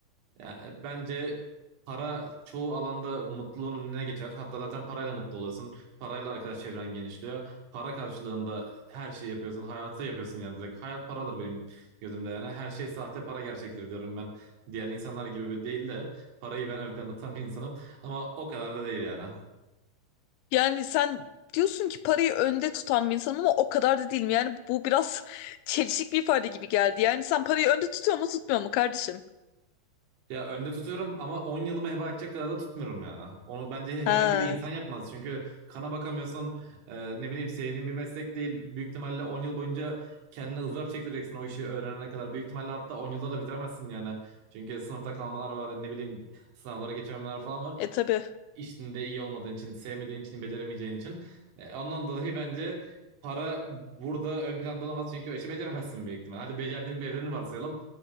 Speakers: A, on the right; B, on the left.
A: Yani bence para çoğu alanda mutluluğun önüne geçer. Hatta zaten parayla mutlu oluyorsun. Parayla arkadaş çevren genişliyor para karşılığında her şeyi yapıyorsun. Hayatı yapıyorsun yani direkt. Hayat paradır benim gözümde yani. Her şey sahte para gerçektir diyorum ben. Diğer insanlar gibi değil de parayı ben ön planda tutan bir insanım. Ama o kadar da değil yani.
B: Yani sen diyorsun ki parayı önde tutan bir insanım ama o kadar da değilim. Yani bu biraz <laughs> çelişik bir ifade gibi geldi. Yani sen parayı önde tutuyor mu tutmuyor mu kardeşim?
A: Ya önde tutuyorum ama 10 yılımı heba edecek kadar da tutmuyorum yani. Onu bence
B: Ha,
A: herhangi bir insan yapmaz. Çünkü kana bakamıyorsun. e, ne bileyim sevdiğin bir meslek değil. Büyük ihtimalle 10 yıl boyunca kendine ızdırap çektireceksin o işi öğrenene kadar. Büyük ihtimalle hatta 10 yılda da bitiremezsin yani. Çünkü sınıfta kalmalar var. Ne bileyim sınavlara geçememeler falan var.
B: e tabii.
A: işinde iyi olmadığın için, sevmediğin için, beceremeyeceğin için. E, ondan dolayı bence para burada ön planda olamaz çünkü o işi beceremezsin büyük ihtimal. Hadi becerdiğin bir evreni varsayalım.